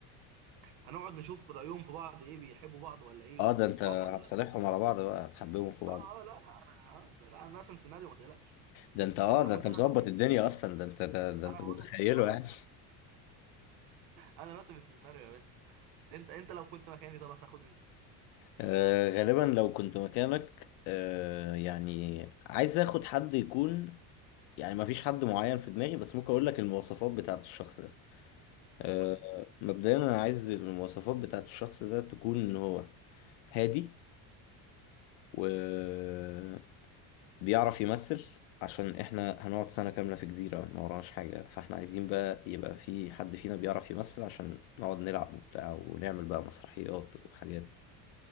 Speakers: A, on the right; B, on the left.
A: هنقعد نشوف رايهم في بعض ايه بيحبوا بعض ولا ايه
B: اه
A: وصحاب
B: ده انت هتصالحهم
A: ولا لا
B: على بعض بقى هتحببهم في بعض
A: اه اه لا لا انا آه لا انا راسم سيناريو ما تقلقش
B: ده انت اه
A: انت
B: ده
A: كنت
B: انت
A: هتاخد
B: مظبط
A: مين
B: الدنيا
A: معاك؟
B: اصلا ده انت ده, ده انت
A: انا
B: متخيله
A: بقول لك اه
B: يعني
A: انا راسم السيناريو يا باشا انت انت لو كنت مكاني طب هتاخد مين
B: آه غالبا لو كنت مكانك آه يعني عايز اخد حد يكون يعني ما فيش حد معين في دماغي بس ممكن اقول لك المواصفات بتاعت الشخص ده آه
A: قول لي
B: مبدئيا انا عايز المواصفات بتاعت الشخص ده تكون ان هو هادي وبيعرف يمثل عشان احنا هنقعد سنة كاملة في جزيرة ما وراناش حاجة فاحنا عايزين بقى يبقى في حد فينا بيعرف يمثل عشان نقعد نلعب وبتاع ونعمل بقى مسرحيات وحاجات